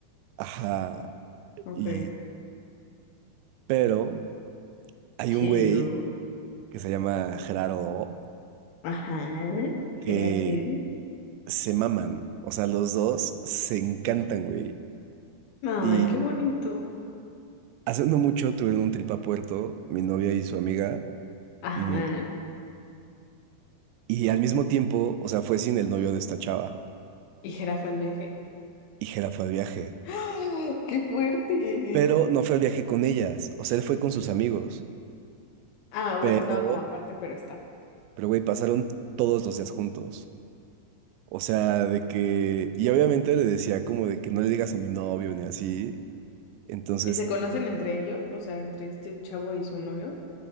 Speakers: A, on the right; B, on the left.
A: Ajá,
B: Ok.
A: y, pero hay
B: Pero,
A: un güey que se llama Gerardo, O,
B: ajá,
A: que
B: jirafa.
A: se maman, o sea, los dos se encantan, güey.
B: Ay,
A: Y
B: qué bonito.
A: hace no mucho tuvieron un trip a Puerto, mi novia y su amiga,
B: Ajá.
A: mm, y al mismo tiempo, o sea, fue sin el novio de esta chava.
B: Y jirafa el viaje.
A: Y Hera fue al viaje.
B: ¡Ah! ¡Qué fuerte!
A: Pero no fue al viaje con ellas. O sea, él fue con sus amigos.
B: Ah, bueno,
A: Pero,
B: estaba como aparte, pero estaba.
A: pero güey, pasaron todos los días juntos. O sea, de que. Y obviamente le decía como de que no le digas a mi novio ni así. Entonces,
B: ¿Y se conocen entre ellos? O sea, entre este chavo y su novio.